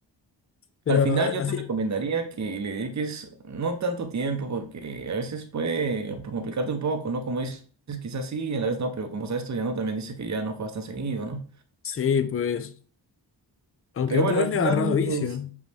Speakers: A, on the left; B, on the right.
A: pero
B: Al final
A: a-
B: yo
A: así,
B: te recomendaría que le dediques no tanto tiempo porque a veces puede complicarte un poco, ¿no? Como dices, quizás sí, a la vez no, pero como estás estudiando también dices que ya no juegas tan seguido, ¿no?
A: sí, pues, aunque
B: Pero
A: otra
B: bueno,
A: vez
B: al
A: le
B: final
A: he agarrado vicio.
B: los,